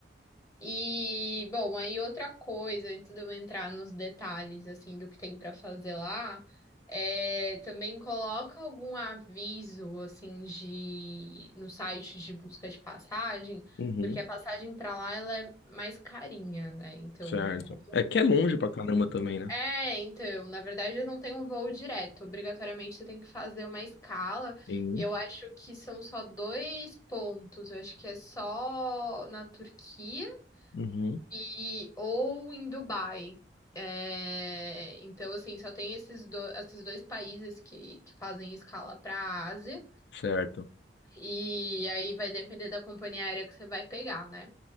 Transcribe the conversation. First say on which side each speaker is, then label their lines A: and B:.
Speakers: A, on the left; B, on the left.
A: E, bom, aí outra coisa, antes de eu entrar nos detalhes, assim, do que tem pra fazer lá, é, também coloca algum aviso, assim, de, no site de busca de passagem,
B: Uhum.
A: porque a passagem pra lá, ela é mais carinha, né? Então,
B: Certo.
A: como-
B: É que é longe pra caramba também, né?
A: é, então, na verdade eu não tem um voo direto. Obrigatoriamente você tem que fazer uma escala.
B: Sim.
A: E eu acho que são só dois pontos. Eu acho que é só na Turquia
B: Uhum.
A: e, ou em Dubai. É, então, assim, só tem esses, do- esses dois países que, que fazem escala para a Ásia.
B: Certo.
A: E aí vai depender da companhia aérea que você vai pegar, né?